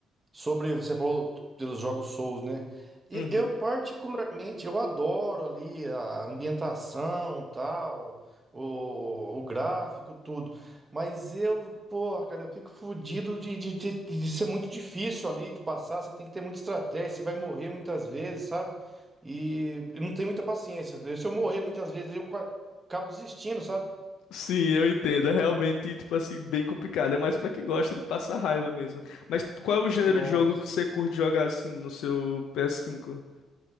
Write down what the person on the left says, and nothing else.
Uhum.
Sim, eu entendo. É realmente, tipo assim, bem complicado. É mais pra quem gosta de passar raiva mesmo. Mas qual é o gênero
de jogo que você curte jogar assim no seu ps cinco